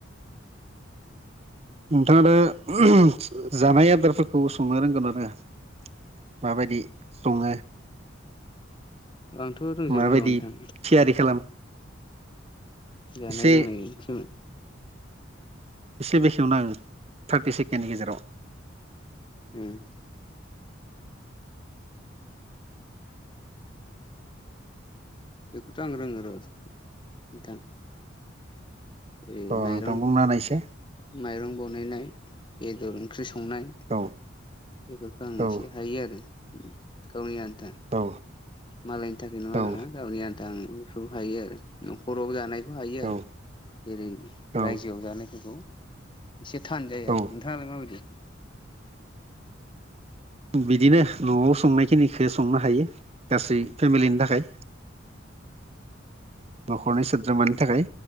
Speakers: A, on the right (about 30°); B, on the left (about 25°).
A: नोंथाङ आरो जानाय आदारफोरखौ संनो रोंगोन ना रोङा रो माबायदि सङो
B: आंथ' रंजोबो
A: माबायदि
B: र' नोंथां
A: थियारि खालामो
B: जानाय
A: एसे
B: लोंनायस
A: एसे बेखेवना आाङो थार्टि सेकेणडनि गेजेराव
B: उम बेखौथ आं रोंङो र नोंथां ओरै
A: औ
B: माइरं
A: नोंथां बुंना होनायसाय
B: माइरं बानायनाय बेदर ओंख्रि स संनाय बेफोरखौ
A: औ
B: आं
A: औ
B: एसे हायो आरो गावनि आ
A: औ।
B: मालायनि थाखाय नङा आरो
A: औ
B: ना गावनि आन्थाबो हायो आरो न'खराव जानाय बो हायो
A: औ
B: आरो जेरै
A: औ
B: रायजोआव जानायफोरखौ एसे थान जायो
A: औ
B: आरो नोंथाङालाय माबायदि
A: बिदिनो न'आव संनाय खिनिखौ संनो हायो। गासै फेमिलिनि थाखाय। न'खरनि सोद्रोमानि थाखाय।